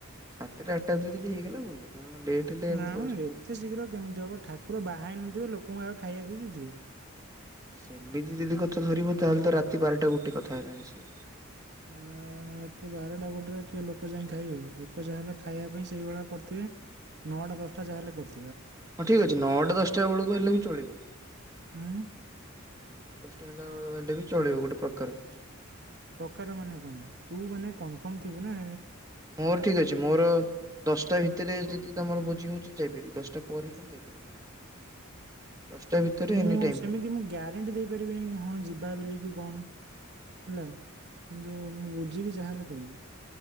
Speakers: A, on the right (about 15°); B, on the right (about 55°).
A: ସାତଟା ଆଠଟା ଭିତରେ ଯଦି ହେଇଗଲା ଭଲ। କାରଣ ଲେଟ୍ ହେଲେ
B: ନା
A: ମୋର ସ୍କୁଲ
B: ଏତେ ଶୀଘ୍ର କେମିତି ହବ ଠାକୁର ବାହା ନଥିବେ ଲୋକ କଣ ଆଉ ଖାଇବା ଦେଇ ଦେଇଥିବେ?
A: ସେମିତି ଯଦି କଥା ଧରିବ ତାହେଲେ ତ ରାତି ବାରଟା ଗୋଟେ କଥା ହେଲାଣି ସି
B: ଆ ରାତି ବାରଟା ଗୋଟେ କିଏ ଲୋକ ଯାଇଁକି ଖାଇବେ ଲୋକ ଯାହା ହେଲେ ଖାଇବା ପାଇଁ ସେଇଭଳିଆ କରିଥିବେ ନଅଟା ଦଶଟା ଯାହାହେଲେ କରି
A: ହଁ ଠିକ ଅଛି ନଅଟା ଦଶଟା ବେଳକୁ ହେଲେ ବି ଚଳିବ
B: ହୁଁ
A: ନଅଟା ଦଶଟା ହେଲା ହେଲେ ବି ଚଳିବ ଗୋ ପ୍ରକାର
B: ପ୍ରକାର ମାନେ କଣ ତୁ ମାନେ କନଫର୍ମ ଥିବୁନା
A: ମୋର ଠିକ ଅଛି ମୋର ଦଶଟା ଭିତରେ ଯଦି ତମର ଭୋଜି ହୋଉଚି ଯାଇ ପାରିବି ଦଶଟା ପରେ ହେଲେ ଯାଇପାରିବିନି। ଦଶଟା ଭିତରେ
B: ମୁଁ
A: ଏନି ଟାଇମ୍
B: ସେମିତି ମୁଁ ଗ୍ୟାରେଣ୍ଟି ଦେଇ ପାରିବିନି ହଁ ଯିବା ବୋଲି କି କଣ। ହେଲା। କିନ୍ତୁ ମୁଁ ବୁଝିକି ଯାହା ହେ <unintelligible>